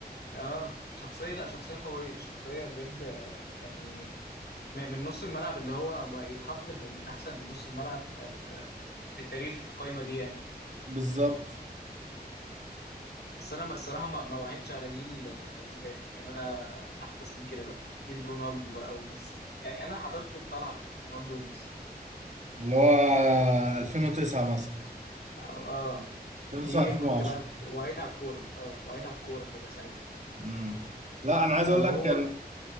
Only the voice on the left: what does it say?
اه شخصية لا شخصية قوية شخصية بجد آه، يعني م- من نص الملعب اللي هو ما يتحط في- من احسن نص الملعب في في, في التاريخ في القايمة دي يعني
بس انا ما- الصراحه ما ما وعدتش على جيل آه، زيدان يعني انا احدث من كده بقى جيل رونالدو بقى وميسي يعني انا حضرت الطلعه بتاعت رونالدو وميسي
اه آه.
دي كنت
بقى بت- وعيت على الكوره اه وعيت على الكوره كده ساعتها
فاللي
هو